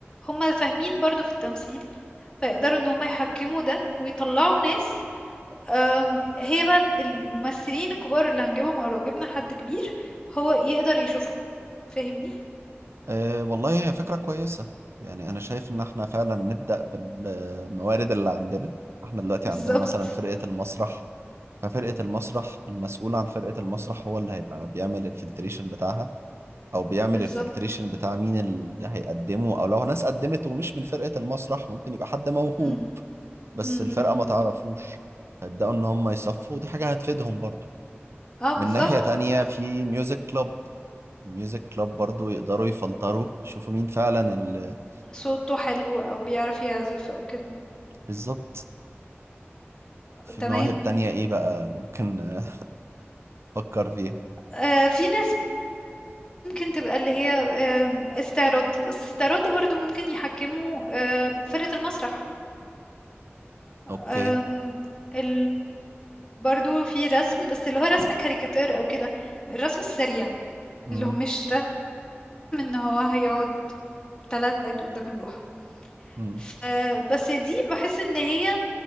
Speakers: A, on the left; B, on the right.
A: هما فاهمين برضو في التمثيل فيقدروا إن هما يحكموا ده ويطلعوا ناس آم، هي بقى الممثلين الكبار اللي هنجيبهم أو لو جبنا حد كبير هو يقدر يشوفهم فاهمني؟
B: أه والله هي فكرة كويسة يعني أنا شايف إن إحنا فعلا نبدأ بالموارد اللي عندنا إحنا دلوقتي
A: بالظبط
B: عندنا مثلا فرقة المسرح ففرقة المسرح المسؤول عن فرقة المسرح هو اللي هيبقى بيعمل الفلتريشن بتاعها أو بيعمل
A: بالظبط
B: الفلتريشن بتاع مين اللي هيقدمه أو لو ناس قدمت ومش من فرقة المسرح ممكن يبقى حد موهوب
A: مم.
B: بس
A: مم، مم،
B: الفرقة
A: مم.
B: ما تعرفوش فيبدأوا إن هم يصفوا ودي حاجة هتفيدهم برضو
A: اه بالظبط
B: من ناحية تانية في ميوزك كلوب ميوزك كلوب برضو يقدروا يفلتروا يشوفوا مين فعلا ال
A: صوته حلو او بيعرف يعزف او كده
B: بالظبط في
A: تمام
B: مواهب تانية ايه بقى ممكن آه، افكر فيها
A: آه في ناس ممكن تبقى اللي هي آم، استعراض بس استعراض ده برضو ممكن يحكموا آه فرقة المسرح آم،
B: اوكي
A: ال... برضو في رسم بس اللي هو رسم كاريكاتير او كده الرسم السريع
B: مم.
A: اللي هو مش رسم ان هو هيقعد ثلاث ساعات قدام اللوحة
B: مم.
A: ف- بس دي بحس ان هي